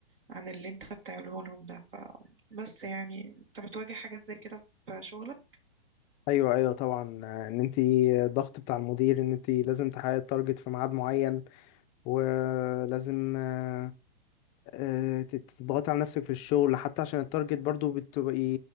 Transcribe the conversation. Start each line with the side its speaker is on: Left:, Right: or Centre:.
Right: عن اللي انت بتعمله لهم ده ف... بس يعني انت بتواجه حاجات زي كده في شغلك
Left: ايوه ايوه طبعا ان انت الضغط بتاع المدير ان انت لازم تحققي التارجت في ميعاد معين ولازم آه، آه، تت- تضغطي على نفسك في الشغل حتى عشان التارجت برضو بتبقي